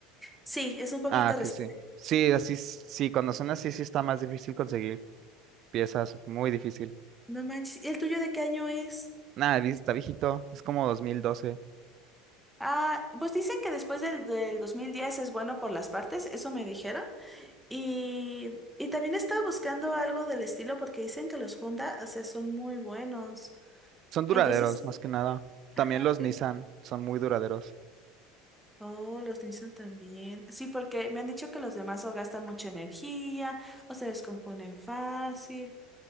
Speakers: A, in the centre; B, on the right.
A: Sí, es un poquito
B: Ah,
A: reciente.
B: que sí. Sí, así, s- sí, cuando son así, sí está más difícil conseguir piezas, muy difícil.
A: No manches. ¿Y el tuyo de qué año es?
B: Nada, vi- está viejito, es como 2012.
A: Ah, pues dicen que después del, del 2010 es bueno por las partes, eso me dijeron. Y, y también estaba buscando algo del estilo porque dicen que los Honda, o sea, son muy buenos.
B: Son duraderos,
A: Entonces,
B: más que nada.
A: ajá,
B: También los Nissan son muy duraderos,
A: Oh, los Nissan también. Sí, porque me han dicho que los demás o gastan mucha energía o se descomponen fácil.